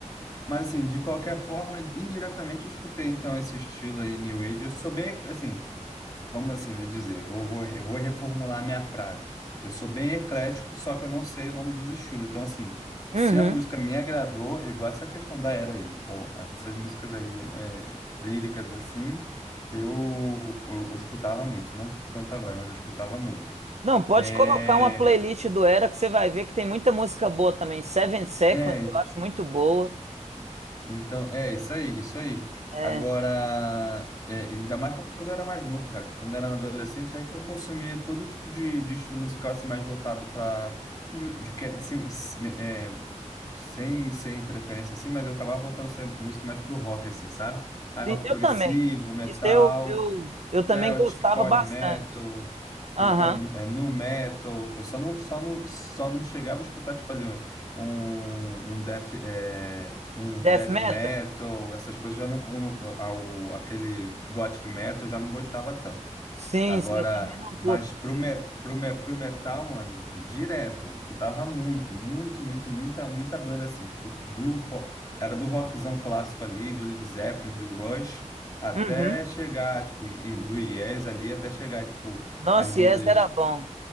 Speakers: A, on the left; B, on the right.
A: mas assim, de qualquer forma, indiretamente eu escutei, então, esse estilo aí, New Age. Eu sou bem, assim, vamos assim, né, dizer, eu vou, vou, eu vou reformular a minha frase. Eu sou bem eclético, só que eu não sei o nome dos estilos. Então, assim, se
B: Uhum.
A: a música me agradou, igual essa questão da era aí, pô, essas músicas aí é, líricas assim, eu, eu, eu escutava muito, não tanto agora, mas eu escutava muito.
B: Não, pode
A: É,
B: colocar uma playlist do Era que você vai ver que tem muita música boa também. Seven Seconds,
A: é,
B: eu acho muito boa.
A: Então, é isso aí, isso aí.
B: É,
A: Agora, é, ainda mais quando eu era mais novo, cara. Quando eu era adolescente, aí que eu consumia todo tipo de, de estilo musical assim, mais voltado para de, de que- sem, é, sem, sem preferência assim, mas eu acabava voltando a ser música mais pro rock assim, sabe? Aí rock
B: sim, eu
A: progressivo,
B: também.
A: metal,
B: Isso eu, eu, eu também
A: Celtic,
B: gostava
A: Power
B: bastante.
A: Metal,
B: Aham.
A: então, é, Nu Metal. Eu só não, só não, só não chegava a escutar, tipo, ali um, um, death, é, um
B: Death
A: death
B: Metal?
A: metal, essas coisas já não, não ao, aquele gothic metal eu já não gostava tanto.
B: Sim,
A: Agora,
B: sim, eu também não curto
A: mas pro,
B: muito.
A: me, pro, me, pro metal, mano, direto, eu escutava muito, muito, muito, muita, muita banda assim, tipo, do, ro- era do rockzão clássico ali, do Led Zeppelin, do Rush, até
B: Uhum.
A: chegar, tipo, e- do Yes ali, até chegar, tipo,
B: Nossa,
A: as bandas.
B: Yes era bom.